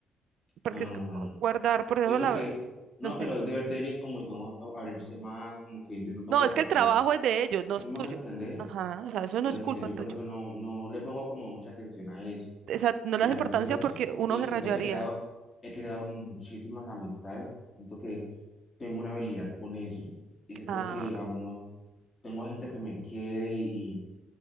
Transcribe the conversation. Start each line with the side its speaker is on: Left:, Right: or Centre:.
Right: porque
Left: No, no,
Right: es que
Left: no, no. no.
Right: guardar, por eso
Left: Y porque
Right: la,
Left: es, no,
Right: no sé.
Left: pero es deber de ellos como, digamos, a- abrirse más, como que yo no tengo
Right: No, es
Left: por
Right: que el
Left: qué,
Right: trabajo es de ellos, no es
Left: ¿sí me
Right: tuyo.
Left: hago entender?
Right: Ajá, o sea, eso
Left: Por
Right: no es
Left: eso,
Right: culpa
Left: entonces yo
Right: tuya.
Left: por eso no, no le pongo como mucha atención a eso,
Right: O sea, no le
Left: que
Right: das
Left: ya
Right: importancia
Left: me siento
Right: porque
Left: bien.
Right: uno
Left: Y
Right: se
Left: siento
Right: rayaría.
Left: que he creado, he creado muchísimas amistades, siento que tengo una habilidad con eso, y siento
Right: Ah,
Left: que, digamos, tengo gente que me quiere y, y